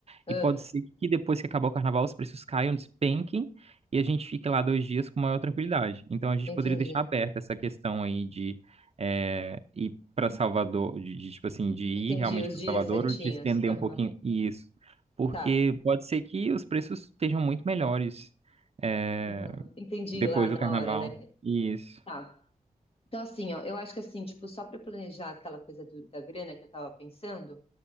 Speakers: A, on the left; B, on the right.
A: ah.
B: E pode ser que depois que acabar o carnaval, os preços caiam, despenquem, e a gente fique lá dois dias com maior tranquilidade. Então a gente
A: Entendi.
B: poderia deixar aberta essa questão aí de é, ir para Salvador, de, de, tipo assim, de ir
A: Entendi
B: realmente
A: os
B: para
A: dias
B: Salvador
A: certinhos.
B: ou de estender
A: Aham.
B: um pouquinho isso. Porque
A: Tá.
B: pode ser que os preços estejam muito melhores é,
A: Aham. Entendi
B: depois
A: lá na
B: do carnaval.
A: hora, né?
B: Isso.
A: Tá. Então, assim, ó, eu acho que assim, tipo, só para planejar aquela coisa do- da grana que eu tava pensando,